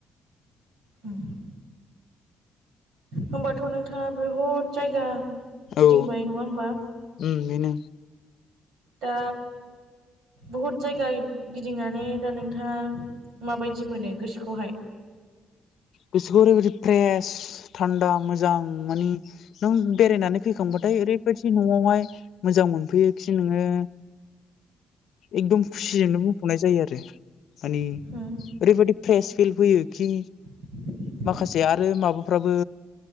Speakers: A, on the right; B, on the left.
A: उम होमबाथनोंथाङा बहुद जायगा गिदिंबाय
B: औ
A: नंङा होमबा
B: उम बेनो
A: दा बहुद जायगा गिदिंनानै दा नोंथाङा माबायदि मोनो गोसोखौहाय?
B: गोसोखौ ओरैबायाददि फ्रेस थान्दा मोजां मोन नों बेरायनानै फैखांबाथाय ओरैबायदि नआवहाय मोजां मोनफैयोखि नोङो। एकदम खुसिजोंनो बुंफ'नाय जायो आरो माने,
A: उम
B: ओरैबायादि फ्रेस फिल फैयो खि
A: <inaudible>
B: माखासे आरो माबाफ्राबो